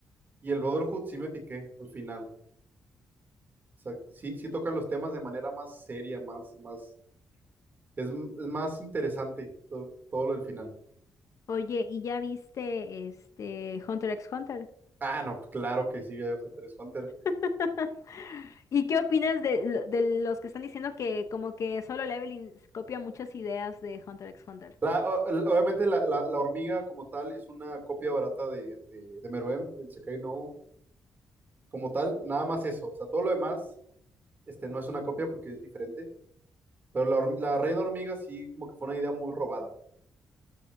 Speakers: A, on the right; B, on the left.
A: Y el Brotherhood sí me piqué al final. O sea, sí, sí tocan los temas de manera más seria, más, más, es, m- es más interesante to- todo lo del final.
B: Oye, ¿y ya viste este Hunter x Hunter?
A: Ah, no, claro que sí, eh, Hunter x Hunter.
B: <laughs> ¿Y qué opinas de, lo- de los que están diciendo que como que Solo Leveling copia muchas ideas de Hunter x Hunter?
A: La- o- el- obviamente la, la- la hormiga como tal es una copia barata de, de, de Meruem, del Sekai No, Uo, como tal, nada más eso. O sea, todo lo demás Este no es una copia porque es diferente. Pero la, horm- la Reina Hormiga sí, como que fue una idea muy robada.